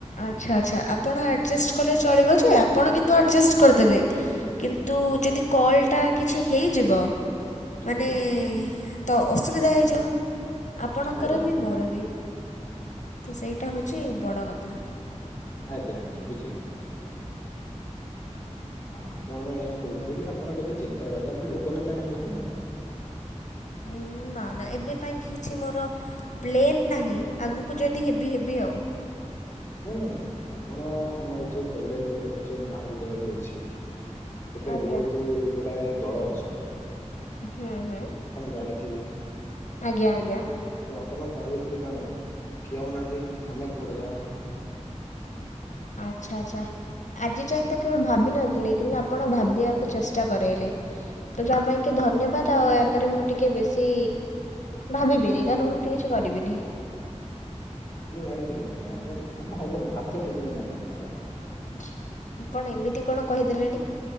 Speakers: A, on the left (about 75°); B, on the left (about 20°).
A: ଆଛା ଆଛା ଆପଣ ଆଡଜେଷ୍ଟ କଲେ ଚଳିବ ଯେ ଆପଣ କିନ୍ତୁ ଆଡଜେଷ୍ଟ କରିଦେବେ କିନ ତୁ ଯଦି କଲ୍ ଟା କିଛି ହେଇଯିବ ମାନେ
B: ଆଜ୍ଞା
A: ତ ଅସୁବିଧା ହେଇଯିବ। ଆପଣଙ୍କର
B: ଆଜ୍ଞା ଆଜ୍ଞା
A: ବି ମୋର ବି। ତ ସେଇଟା ହୋଉଚି ବଡ଼ କଥା।
B: ଆଜ୍ଞା ଆଜ୍ଞା ବୁଝିଗଲି ବୁଝିଗଲି। ହଁ ତ ଆମେ ଏଇଆ କହୁଥିଲୁ ଯେ ଆପଣ କେତେ ଚିନ୍ତା କଲେ ଆପଣ ଲୋକ ନେତା କାହିଁ ହଉନାହାନ୍ତି।
A: ଉଁ, ନା ନା ଏବେ ପାଇଁ କି କିଛି ମୋର ପ୍ଲେନ ନାହିଁ ଆଗକୁ ଯଦି ହେବି ହେବି ଆଉ।
B: ହଁ ନାଇଁ ନାଇଁ ଆପଣ ଆମର ଯୋଉ କଲେଜ ଉଚ୍ଚ ମହାବିଦ୍ୟାଳୟ ଯୋଉ ଅଛି। ସେଥିରେ
A: ଆଜ୍ଞା
B: ବହୁତ ଗୁଡାଏ ଦଳ ଅଛନ୍ତି।
A: ହୁଁ ହୁଁ।
B: ଆପଣ ଜାଣିଥିବେ।
A: ଆଜ୍ଞା ଆଜ୍ଞା।
B: ତ ଆପଣ ତା ଭିତରୁ ଜଣେ ଠିଆ ହଉନାହାନ୍ତି ଆମେ ଭୋଟ ଦବା।
A: ଆଚ୍ଛା ଆଚ୍ଛା। ଆଜି ଯାଇ ତ କେବେ ଭାବିିନଥିଲି କିନ୍ତୁ ଆପଣ ଭାବିବାକୁ ଚେଷ୍ଟା କରେଇଲେ। ତ ଜାହା ପାଇଁ କି ଧନ୍ୟବାଦ ଆଉ ଆପରେ ମୁଁ ଟିକେ ବେଶୀ ଭାବିବିନି କାରଣ ମୁଁ ଏମତି କିଛି କରିବିନି।
B: ମୁଁ ଜାଣିଥିଲି ଆଜ୍ଞା ଆପଣ କାମ ହବନି ଭାତ ସିଝିବନି ଆପଣଙ୍କର ଦ୍ୟାରା।
A: ହ <inaudible> ଆପଣ ଏମିତି କଣ କହିଦେଲେଣି